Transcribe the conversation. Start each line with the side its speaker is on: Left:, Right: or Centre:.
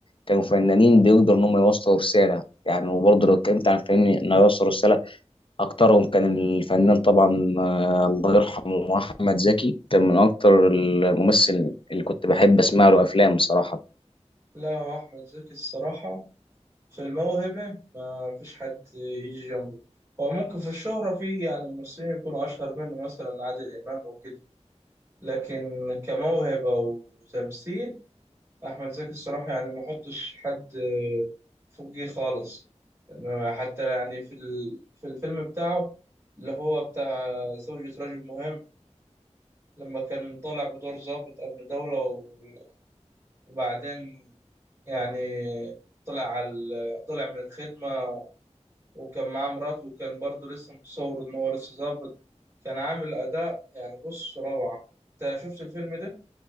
Left: كانوا فنانين بيقدروا ان هم يوصلوا رساله يعني وبرضه لو اتكلمت عن فنان انه يوصل رساله أكترهم كان الفنان طبعا آه، الله يرحمه أحمد زكي كان من أكتر الممثل اللي كنت بحب أسمع له أفلام بصراحة
Right: لا هو احمد زكي الصراحه في الموهبة ما فيش حد يجي جنبه هو ممكن في الشهرة في يعني ممثلين يكونوا أشهر منه مثلا عادل إمام وكده لكن كموهبة وتمثيل أحمد زكي الصراحة يعني ما حطش حد فوقيه خالص لأنه حتى يعني في ال- في الفيلم بتاعه اللي هو بتاع زوجة رجل مهم لما كان طالع بدور ضابط أمن دولة و- وبعدين يعني طلع على طلع من الخدمة وكان معاه مراته وكان برضه لسه متصور إن هو لسه ظابط كان عامل أداء يعني بص روعة أنت شفت الفيلم ده